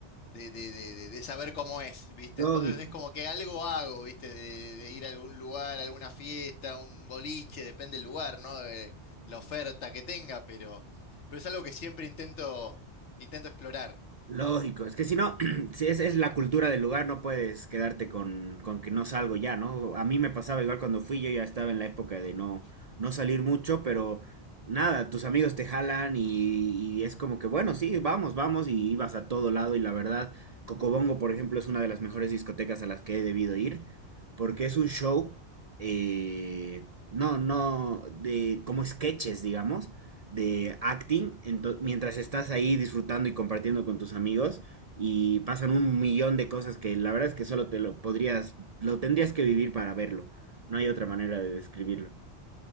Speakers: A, on the left; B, on the right.
A: de, de- de- de- de saber cómo es, ¿viste?
B: lógico.
A: Entonces es como que algo hago, ¿viste? De, de ir a algún lugar, a alguna fiesta, un boliche, depende del lugar, ¿no? De la oferta que tenga, pero, pero es algo que siempre intento, intento explorar.
B: Lógico, es que si no, <clears throat> si es, es la cultura del lugar, no puedes quedarte con, con que no salgo ya, ¿no? A mí me pasaba igual cuando fui, yo ya estaba en la época de no, no salir mucho, pero nada, tus amigos te jalan y, y es como que, bueno, sí, vamos, vamos, y ibas a todo lado, y la verdad, Cocobongo, por ejemplo, es una de las mejores discotecas a las que he debido ir, porque es un show, eh, no, no, de, como sketches, digamos de acting ento- mientras estás ahí disfrutando y compartiendo con tus amigos y pasan un millón de cosas que la verdad es que solo te lo podrías, lo tendrías que vivir para verlo. No hay otra manera de describirlo.